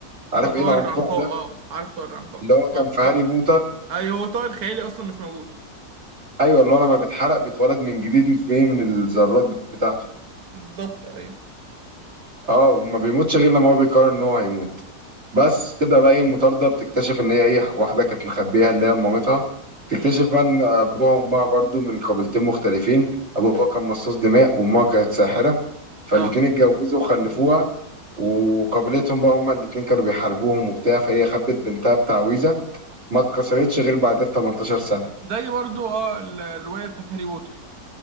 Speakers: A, on the right (about 45°); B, on the right (about 70°).
A: عارف
B: ط- طائر
A: ايه العنقاء
B: العنقاء
A: ده
B: اه عارف طائر العنقاء
A: اللي هو كان
B: ط-
A: في هاري
B: ط-
A: بوتر
B: ايوه هو طائر خيالي اصلا مش موجود
A: ايوه اللي هو لما بيتحرق بيتولد من جديد في ايه من الذرات بتاعته
B: بالظبط ايوه
A: اه وما بيموتش غير لما هو بيقرر ان هو هيموت بس تبدا بقى ايه المطارده بتكتشف ان هي ايه واحده كانت مخبيها اللي هي مامتها تكتشف
B: امم
A: بقى ان ابوها وامها برضو من قبيلتين مختلفين ابوها كان مصاص دماء وامها كانت ساحره فالاتنين
B: اه
A: اتجوزوا وخلفوها وقبيلتهم بقى هما الاتنين كانوا بيحاربوهم وبتاع فهي خبت بنتها بتعويذه ما اتكسرتش غير بعدها ب 18 سنه
B: زي برضو اه ال- الرواية بتاعت هاري بوتر